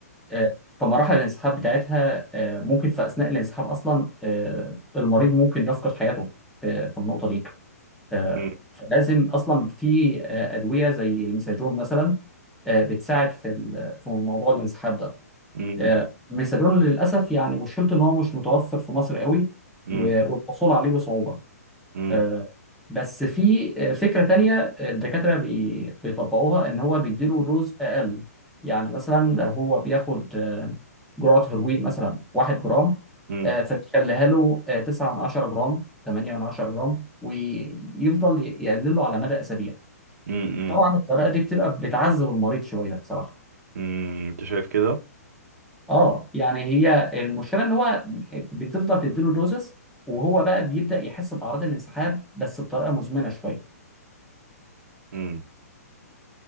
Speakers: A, in the centre; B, on the right (about 70°).
A: آه، فمراحل الانسحاب بتاعتها آه، ممكن في أثناء الانسحاب أصلا آه، المريض ممكن يفقد حياته في في النقطة دي آه،
B: مم.
A: فلازم أصلا في آه، أدوية زي الميزاجون مثلا آه، بتساعد في ال- في موضوع الانسحاب ده
B: مم.
A: آه، ميسالون للاسف يعني مشكلته ان هو مش متوفر في مصر قوي
B: مم.
A: و- والحصول عليه بصعوبه
B: مم.
A: آه، بس في آه، فكره تانية الدكاتره بي- بيطبقوها ان هو بيديله دوز اقل يعني مثلا لو هو بياخد آه، جرعه هيروين مثلا 1 جرام
B: مم.
A: آه، فبيخليها له آه، 9 من 10 جرام 8 من 10 جرام ويفضل ي- يقلله على مدى اسابيع
B: مم.
A: طبعا الطريقه دي بتبقى بتعذب المريض شويه بصراحه
B: مم. انت شايف كده
A: اه يعني هي المشكله ان هو بتفضل تديله دوزس وهو بقى بيبدا يحس باعراض الانسحاب بس بطريقه مزمنه شويه
B: مم.